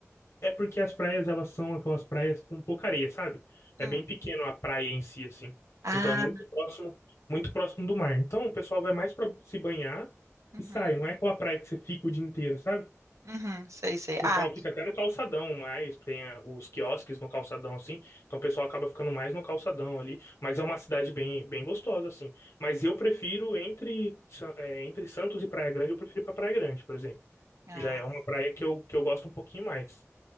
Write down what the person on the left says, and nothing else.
é porque as praias elas são aquelas praias com pouca areia, sabe? É
bem pequeno a praia em si, assim.
Então é muito próximo, muito próximo do mar. Então o pessoal vai mais pra se banhar
e sai. Não é aquela praia que você fica o dia inteiro, sabe?
O pessoal
fica até no calçadão mais, tem a- os quiosques no calçadão, assim. Então o pessoal acaba ficando mais no calçadão ali. Mas é uma cidade bem, bem gostosa, assim. Mas eu prefiro entre, Sa- é, entre Santos e Praia Grande, eu prefiro pra Praia Grande, por exemplo.
Já é uma praia que eu, que eu gosto um pouquinho mais.